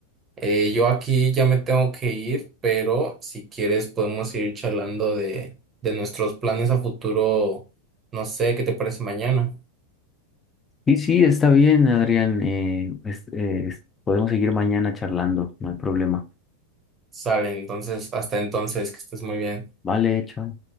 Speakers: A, on the right; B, on the left.
A: Eh, yo aquí ya me tengo que ir, pero si quieres podemos ir charlando de, de nuestros planes a futuro. No sé, ¿qué te parece mañana?
B: Sí, sí, está bien, Adrián. eh, es- eh, es- podemos seguir mañana charlando, no hay problema.
A: Sale, entonces, hasta entonces, que estés muy bien.
B: Vale, chao.